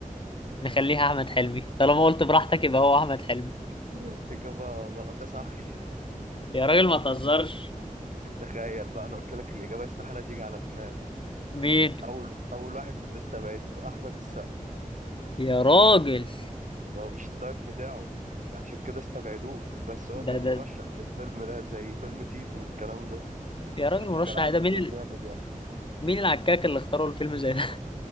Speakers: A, on the left (about 35°); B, on the right (about 60°).
A: نخليها احمد حلمي طالما قلت براحتك يبقى هو احمد حلمي
B: مم. إجابة غلط يا صاحبي
A: يا راجل ما تهزرش
B: <laughs> تخيل بقى أنا قلت لك الإجابة استحالة تيجي على دماغي
A: مين
B: أول أول واحد أنت استبعدته أحمد السقا
A: يا راجل
B: هو مش التايب بتاعه عشان كده استبعدوه بس هو كان
A: ده
B: مرشح
A: ده
B: للفيلم ده زي فيلم تيتو والكلام ده
A: يا راجل مرشح
B: كان عامل
A: عادي، ده مين
B: دور
A: ال...
B: جامد يعني
A: مين العكاك اللي اختاروا الفيلم زي ده <laughs>